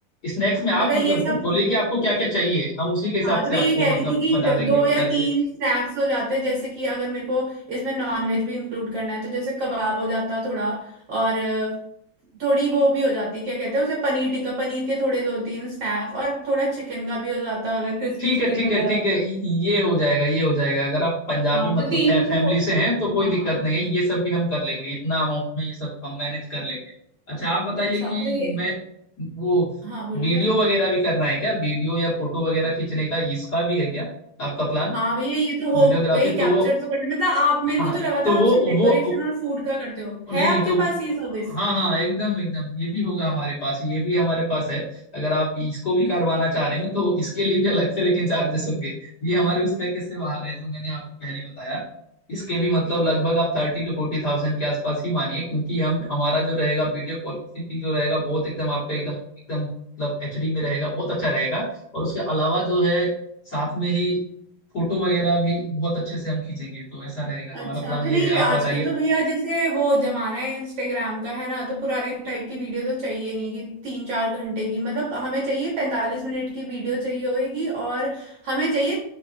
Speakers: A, on the left; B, on the right.
A: स्नैक्स में आप
B: मतलब
A: मतलब
B: ये सब
A: वो बोलिए कि आपको क्या क्या चाहिए हम उसी के हिसाब
B: हाँ तो
A: से
B: मैं
A: आपको
B: ये कह रही
A: मतलब
B: थी कि
A: बता
B: द-
A: देंगे
B: दो
A: बता
B: या
A: दीजिए
B: तीन स्नैक्स हो जाते जैसे कि अगर मेरे को इसमें नॉनवेज भी इंक्लूड करना है तो जैसे कबाब हो जाता थोड़ा और अ, थोड़ी वो भी हो जाती क्या कहते हैं उसे पनीर टिक्का पनीर के थोड़े दो तीन स्नैक्स और थोड़ा चिकन का भी हो जाता अगर क्रिस्पी
A: ठीक
B: चिकन
A: है ठीक
B: वगैरह
A: है ठीक
B: होता
A: है य- ये हो जाएगा ये हो जाएगा अगर आप पंजाबी
B: हाँ
A: मतलब
B: तो तीन
A: फै, फैमिली
B: तो
A: से हैं तो कोई
B: हाँ
A: दिक्कत नहीं है ये सब भी हम कर लेंगे इतना अमाउंट में ये सब हम मैनेज कर लेंगे अच्छा आप बताइए
B: अच्छा
A: कि
B: तो ये
A: मैं वो
B: हाँ बोलिए
A: वीडियो
B: आप
A: वगैरह भी करना है क्या वीडियो या फोटो वगैरह खींचने का इसका भी है क्या आपका प्लान
B: हाँ भैया ये तो
A: वीडियोग्राफी
B: हो गई कैप्चर
A: तो वो
B: तो करने मतलब आप मेरे
A: हाँ
B: को तो लगा
A: तो
B: था
A: वो
B: आप सिर्फ डेकोरेशन
A: वो
B: और फूड का करते हो
A: नहीं
B: है
A: नहीं
B: आपके
A: तो वो-
B: पास ये सर्विस
A: हाँ हाँ एकदम एकदम ये भी होगा हमारे पास ये भी हमारे पास है अगर आप इसको भी करवाना चाह रहे हैं तो इसके लिए भी अलग से लेकिन चार्जेस होंगे ये हमारे उस पैकेज से बाहर है जो मैंने आपको पहले बताया इसके भी मतलब लगभग आप थर्टी टू फोर्टी थाउजेंड के आसपास ही मानिए क्योंकि हम हमारा जो रहेगा वीडियो क्वालिटी जो रहेगा बहुत एकदम आपका एकदम एकदम मतलब एचडी में रहेगा बहुत अच्छा रहेगा और उसके अलावा जो है साथ में ही फोटो वगैरह भी बहुत अच्छे से हम खींचेंगे तो ऐसा रहेगा हमारा
B: अच्छा
A: प्लान
B: तो
A: ये
B: नहीं
A: है आप
B: आजकल
A: बताइए
B: तो भैया जैसे वो जमाना है इंस्टाग्राम का है ना तो पुराने टाइप की वीडियो तो चाहिए नहीं कि तीन चार घंटे की मतलब हमें चाहिए पैंतालीस मिनट की वीडियो चाहिए होगी और हमें चाहिए